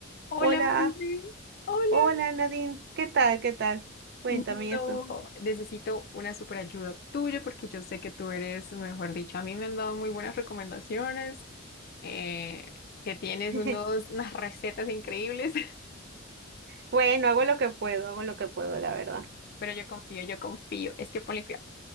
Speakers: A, on the left; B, on the right.
A: Hola,
B: Hola,
A: André. Hola.
B: hola Nadine, ¿qué tal? ¿Qué tal? Cuéntame
A: No,
B: eso.
A: necesito una super ayuda tuya porque yo sé que tú eres, mejor dicho, a mí me han dado muy buenas recomendaciones, eh, que tienes
B: <laughs>
A: unos, <laughs> unas recetas increíbles,
B: Bueno, hago lo que puedo, hago lo que puedo, la verdad.
A: <laughs> pero yo confío, yo confío. Es que ponle cuidado.